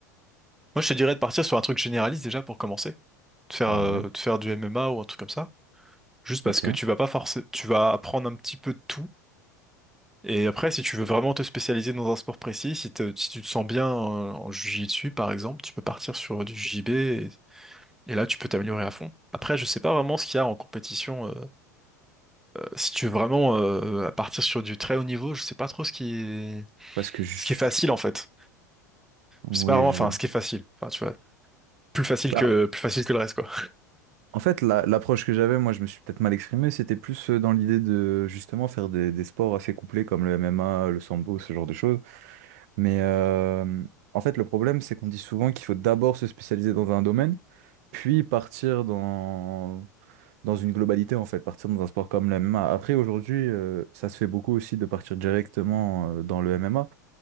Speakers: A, in the centre; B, on the right.
A: moi je te dirais de partir sur un truc généraliste déjà pour commencer. De faire,
B: Ouais,
A: euh, de faire du MMA ou un truc comme ça. Juste
B: ok.
A: parce que tu vas pas forcer, tu vas apprendre un petit peu de tout. Et après, si tu veux vraiment te spécialiser dans un sport précis, si, te- si tu te sens bien en, en jiu-jitsu par exemple, tu peux partir sur du JB et, et là tu peux t'améliorer à fond. Après, je sais pas vraiment ce qu'il y a en compétition. euh, Si tu veux vraiment euh, à partir sur du très haut niveau, je sais pas trop ce qui est,
B: Parce que je...
A: ce qui est facile en fait.
B: Oui,
A: Je sais pas vraiment,
B: je
A: enfin
B: vois.
A: ce qui est facile. Enfin tu vois, plus facile
B: Bah,
A: que plus facile que le reste quoi.
B: en fait, la- l'approche que j'avais, moi, je me suis peut-être mal exprimé, c'était plus euh, dans l'idée de justement faire des, des sports assez complets comme le MMA, le sambo, ce genre de choses. Mais euh, en fait, le problème, c'est qu'on dit souvent qu'il faut d'abord se spécialiser dans un domaine, puis partir dans, dans une globalité, en fait, partir dans un sport comme le MMA. Après, aujourd'hui, euh, ça se fait beaucoup aussi de partir directement euh, dans le MMA,